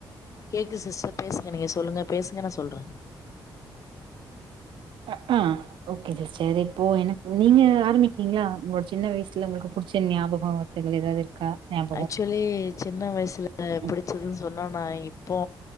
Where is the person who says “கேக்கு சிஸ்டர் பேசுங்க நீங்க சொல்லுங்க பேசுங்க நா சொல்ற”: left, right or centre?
Left